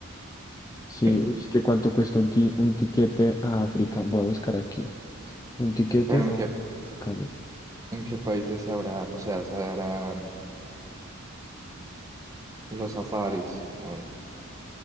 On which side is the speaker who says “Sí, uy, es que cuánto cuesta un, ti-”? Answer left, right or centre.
Left